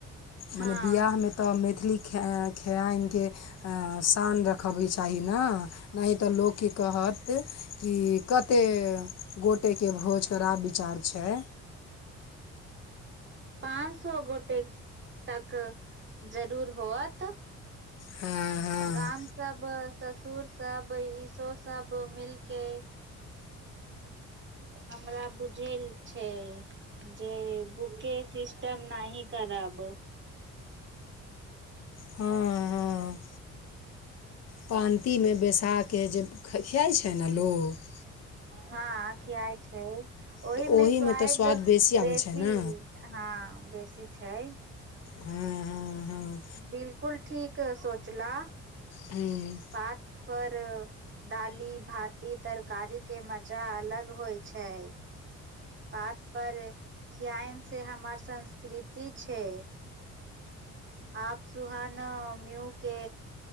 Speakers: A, on the left (about 60°); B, on the right (about 40°).
A: मने
B: हँ
A: बियाहमे तऽ मैथिली ख खआन कऽ शान रखबके चाही ने नै तऽ लोक की कहत कि कतेक गोटेके भोज कर आब विचार दे छै
B: पाँच सो गोटे तक जरूर होत
A: हँ हँ
B: गाम सब ब ससुर सब इसो सब मिल के हमरा बुझै छै जे बुके सिस्टम नै खराब
A: हँ हँ पानतीमे बैसा कऽ जे खियाइत छै ने लोक।
B: हँ खियाइ छै ओहिमे
A: तऽ
B: स्वाइद
A: तऽ स्वाद आबै
B: बेसी
A: छै ने
B: हँ बेसी छै
A: हँ हँ हँ
B: बिलकुल ठीक सोचला
A: हं
B: पात पर डाली भात तरकारीक मजा अलग होइत छै। पात पर खियान से हमार संस्कृति छै आप सुहान म्यू के